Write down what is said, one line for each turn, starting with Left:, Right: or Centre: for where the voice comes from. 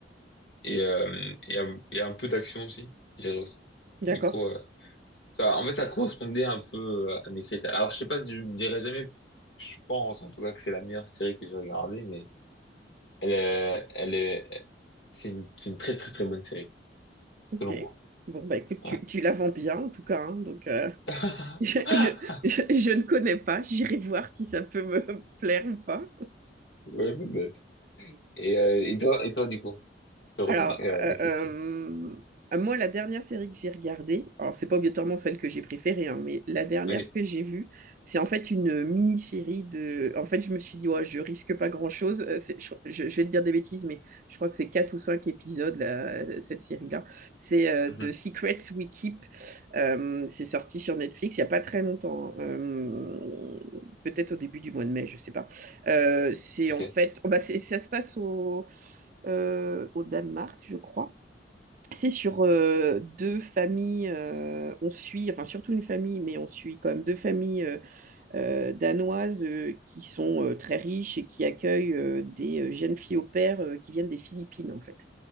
Left: et euh, il y a, il y a un peu d'action aussi, je dirais aussi.
Right: D'accord.
Left: Du coup, euh, ça, en fait, ça correspondait un peu euh, à mes critères. Alors, je sais pas si je me dirais jamais, je pense en tout cas que c'est la meilleure série que j'ai regardée, mais elle, est- elle est, c'est une, c'est une très très très bonne série,
Right: Ok.
Left: selon moi.
Right: Bon, bah écoute,
Left: Ouais,
Right: tu, tu la vends bien, en tout cas, hein, donc... euh,
Left: <laughs>
Right: je, je, je, je ne connais pas. J'irai voir si ça peut me <laughs> plaire ou pas.
Left: ouais, peut-être. Et, euh, et toi, et toi, du coup, je retourne
Right: Alors,
Left: euh,
Right: euh,
Left: la question.
Right: euh, moi, la dernière série que j'ai regardée, alors c'est pas obligatoirement celle que j'ai préférée, hein, mais la dernière
Left: Oui.
Right: que j'ai vue, c'est en fait une mini-série de. En fait, je me suis dit, ouais, je risque pas grand-chose. Euh, c'est- Je, je- je vais te dire des bêtises, mais je crois que c'est quatre ou cinq épisodes, là. cette série-là. C'est euh,
Left: Mhm.
Right: The Secrets We Keep. Euh, c'est sorti sur Netflix il y a pas très longtemps, hein. Euh, peut-être au début du mois de mai, je sais pas. Euh, c'est
Left: Ok,
Right: en fait. oh, bah, c'est- ça se passe au euh, au Danemark, je crois. C'est sur euh, deux familles, euh, on suit, enfin surtout une famille, mais on suit quand même deux familles euh, euh, danoises euh, qui sont euh, très riches et qui accueillent euh, des euh, jeunes filles au pair euh, qui viennent des Philippines, en fait.